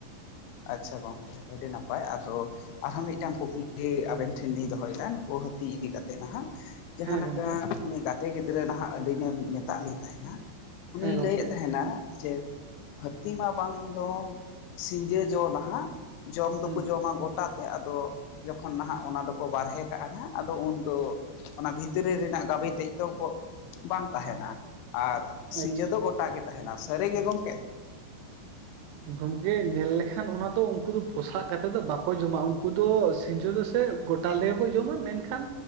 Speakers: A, on the left; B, on the right.
A: ᱟᱪᱪᱷᱟ ᱜᱚᱝᱠᱮ ᱟᱹᱰᱤ ᱱᱟᱯᱟᱭ ᱟᱫᱚ ᱟᱨᱦᱚᱸ ᱢᱤᱫᱴᱟᱝ ᱠᱩᱠᱞᱤ ᱡᱮ ᱟᱵᱮᱱ ᱴᱷᱮᱱ ᱞᱤᱧ ᱫᱚᱦᱚᱭᱮᱫᱟ ᱱᱩᱠᱩ ᱦᱟᱹᱛᱤ ᱤᱫᱤ ᱠᱟᱛᱮᱫ ᱱᱟᱦᱟᱜ ᱡᱟᱦᱟᱸ
B: ᱦᱮᱸ
A: ᱞᱮᱠᱟ
B: ᱜᱚᱢᱠᱮ
A: ᱩᱱᱤ ᱜᱟᱛᱮ ᱜᱤᱫᱽᱨᱟᱹ ᱱᱟᱦᱟᱜ ᱟᱞᱤᱧᱮ ᱢᱮᱛᱟᱫ ᱞᱤᱧ ᱛᱟᱦᱮᱱᱟ ᱩᱱᱤᱭ
B: ᱦᱮᱸ ᱜᱚᱢᱠᱮ
A: ᱞᱟᱹᱭᱮᱫ ᱛᱟᱦᱮᱱᱟ ᱡᱮ ᱦᱟᱹᱛᱤ ᱢᱟ ᱵᱟᱝ ᱫᱚ ᱥᱤᱧ ᱡᱚ ᱱᱟᱦᱟᱸᱜ ᱡᱚᱢ ᱫᱚᱠᱚ
B: ᱦᱩᱸ
A: ᱡᱚᱢᱟ ᱜᱚᱴᱟ ᱛᱮ ᱟᱫᱚ ᱡᱚᱠᱷᱚᱱ ᱱᱟᱦᱟᱜ ᱚᱱᱟ ᱫᱚᱠᱚ ᱵᱟᱨᱦᱮ ᱠᱟᱜᱼᱟ ᱱᱟᱜ ᱟᱫᱚ ᱩᱱᱫᱚ ᱚᱱᱟ ᱵᱷᱤᱛᱨᱤ ᱨᱮᱱᱟᱜ ᱜᱟᱵᱮ ᱛᱮᱫ ᱫᱚ ᱠᱚ ᱵᱟᱝ ᱛᱟᱦᱮᱱᱟ ᱟᱨ ᱥᱤᱸᱡᱳ
B: ᱟᱪᱪᱷᱟ
A: ᱫᱚ ᱜᱚᱴᱟ ᱜᱮ ᱛᱟᱦᱮᱱᱟ ᱥᱟᱹᱨᱤᱜᱮ ᱜᱚᱢᱠᱮ
B: ᱦᱮ ᱜᱚᱝᱠᱮ ᱧᱮᱞ ᱞᱮᱠᱷᱟᱱ ᱚᱱᱟ ᱫᱚ ᱩᱱᱠᱩ ᱫᱚ ᱯᱚᱥᱟᱜ ᱠᱟᱛᱮᱫ ᱫᱚ ᱵᱟᱠᱚ ᱡᱚᱢᱟ ᱩᱱᱠᱩ ᱫᱚ ᱥᱤᱸᱡᱳ ᱫᱚ ᱥᱮ ᱜᱚᱴᱟᱞ ᱛᱮᱜᱮ ᱠᱚ ᱡᱚᱢᱟ ᱢᱮᱱᱠᱷᱟᱱ